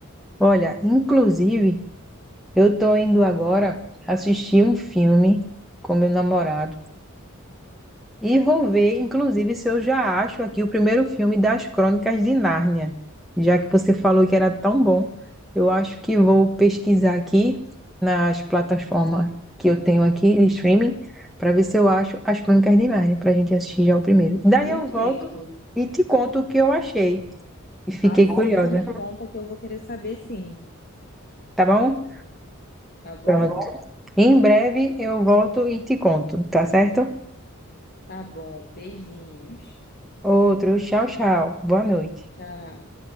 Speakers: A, in the centre; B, on the left (about 50°).
A: Olha, inclusive, eu tô indo agora assistir um filme com meu namorado e vou ver, inclusive, se eu já acho aqui o primeiro filme das Crônicas de Nárnia. Já que você falou que era tão bom, eu acho que vou pesquisar aqui nas plataformas que eu tenho aqui de streaming para ver se eu acho as Crônicas de Nárnia para a gente assistir já o primeiro. Daí
B: Perfeito.
A: eu volto e te conto o que eu achei. E fiquei
B: Assiste
A: curiosa.
B: e me conta que eu vou querer saber sim,
A: Tá bom?
B: tá bom?
A: Pronto. Em breve eu volto e te conto, tá certo?
B: Tá bom. Beijinhos.
A: Outro, tchau, tchau. Boa noite.
B: Tchau.